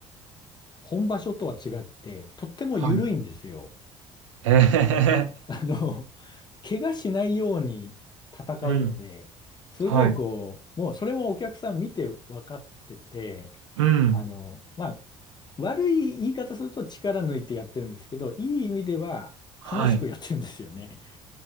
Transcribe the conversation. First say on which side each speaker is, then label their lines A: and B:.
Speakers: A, on the left; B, on the right.
A: 本場所とは違って、とっても緩いんですよ。
B: はい。へえ、
A: <laughs> あの、怪我しないように戦うので、
B: うん、
A: すごいこう、
B: はい、
A: もうそれもお客さん見て分かってて、
B: うん、
A: あの、まあ、悪い言い方すると力抜いてやってるんですけど、いい意味では楽しくやってるんですよね。
B: はい。